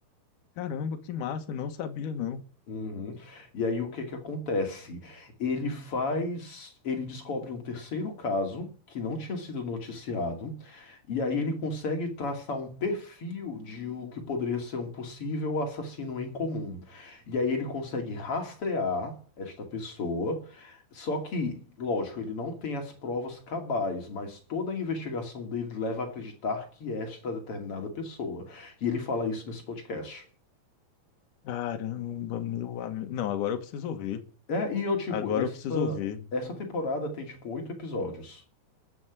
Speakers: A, on the left (about 60°); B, on the left (about 40°).
A: Caramba, que massa, não sabia não.
B: Uhum. E aí o que que acontece? Ele faz, ele descobre um terceiro caso que não tinha sido noticiado, e aí ele consegue traçar um perfil de o que poderia ser um possível assassino em comum. E aí ele consegue rastrear esta pessoa, só que, lógico, ele não tem as provas cabais, mas toda a investigação dele leva a acreditar que esta determinada pessoa. E ele fala isso nesse podcast.
A: Caramba, meu amigo. Não, agora eu preciso ouvir.
B: É, e eu, tipo,
A: Agora
B: essa,
A: eu preciso ouvir.
B: essa temporada tem, tipo, oito episódios.